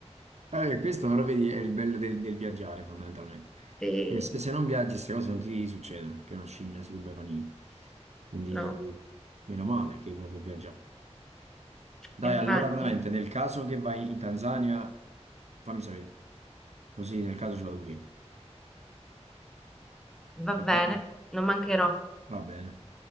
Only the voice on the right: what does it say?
Eh, questo però vedi è il bello del, del viaggiare fondamentalmente.
Perché Se, se non viaggi queste cose non ti succedono, che una scimmia si ruba i panini. Quindi
meno male che uno può viaggiare. Dai,
allora veramente nel caso che vai in Tanzania, fammi sapere. Così nel caso ci vado pure io.
Va
bene?
Va bene.